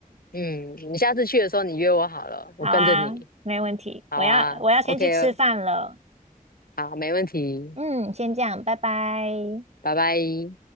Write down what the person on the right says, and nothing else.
好啊，没问题，
我要我要先去吃饭了，
嗯，先这样，拜拜。